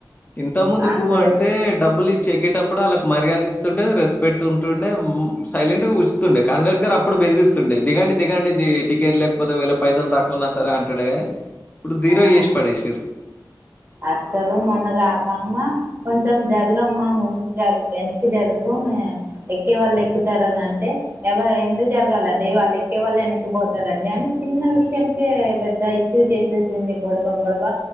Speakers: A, on the left; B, on the right.
A: ఇంత ముందుకు
B: అసలు
A: అంటే డబ్బులు ఇచ్చి ఎక్కేటప్పుడు వాళ్ళకి మర్యాదిస్ ండే రెస్పెక్ట్ ఉంటుండే మ్ సైలెంట్ గా ఉంచుతుండే కండక్టర్ ఇప్పుడు బెదిరిస్తుండే దిగండి దిగండి ద్ టికెట్ లేకపోతే ఒకవేళ పైసలు తక్కువున్నా సరే అంటాడేగాని ఇప్పుడు జీరో
B: ఆ
A: చేసి పడేసిర్రు
B: అస్సలు మొన్నగా ఒకమా కొంచెం జరుగమ్మా ముందుకు జరుగు వెనక్కి జరుగు ఎక్కే వాళ్ళు ఎక్కుతారని అంటే ఎవరు ఎందుకు జరగాలండి వాళ్ళు ఎక్కేవాళ్ళు వెనక్కిపో ారండి అ చిన్న విషయానికే పెద్ద ఇష్యూ చేసేసింది గొడవ గొడవ